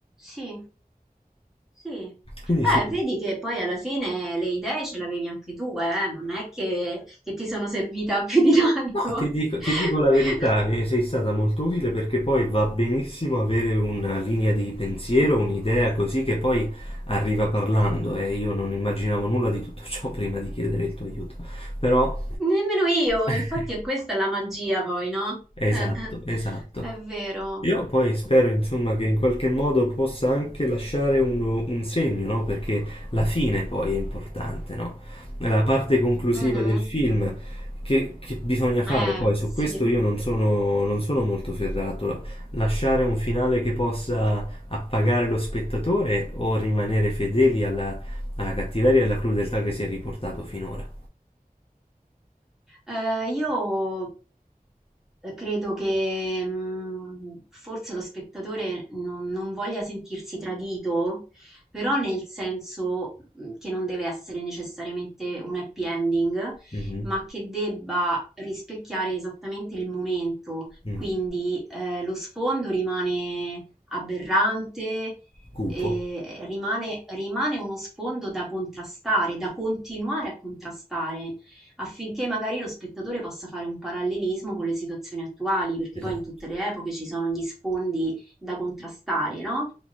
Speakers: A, in the centre; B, on the left.
A: sì. Sì.
B: Quindi
A: Beh,
B: sì.
A: vedi che poi alla fine le idee ce l'avevi anche tu, eh? Non è che, che ti sono servita <laughs> più di tanto.
B: No, ti dico,
A: <laughs>
B: ti dico la verità, e sei stata molto utile perché poi va benissimo avere una linea di pensiero, un'idea così che poi arriva parlando e io non immaginavo nulla di tutto ciò <laughs> prima di chiedere il tuo aiuto. Però,
A: Nemmeno io,
B: <laughs>
A: infatti è questa la magia poi, no?
B: esatto,
A: Eh, eh.
B: esatto.
A: È vero.
B: Io poi spero, insomma, che in qualche modo possa anche lasciare un, un segno, no? Perché la fine poi è importante, no? La parte conclusiva
A: Mm, mm.
B: del film che, che bisogna fare
A: Eh,
B: poi, su
A: sì.
B: questo io non sono, non sono molto ferrato. La- Lasciare un finale che possa appagare lo spettatore o rimanere fedeli alla, alla cattiveria e alla crudeltà che si è riportato finora.
A: Eh, io eh, credo che mh, forse lo spettatore non, non voglia sentirsi tradito, però nel senso mh, che non deve essere necessariamente un happy ending,
B: Mhm,
A: ma che debba rispecchiare esattamente il momento.
B: mm.
A: Quindi eh, lo sfondo rimane aberrante,
B: Cupo,
A: eh, rimane, rimane uno sfondo da contrastare, da continuare a contrastare affinché magari lo spettatore possa fare un parallelismo con le situazioni attuali, perché
B: esatto.
A: poi in tutte le epoche ci sono gli sfondi da contrastare, no?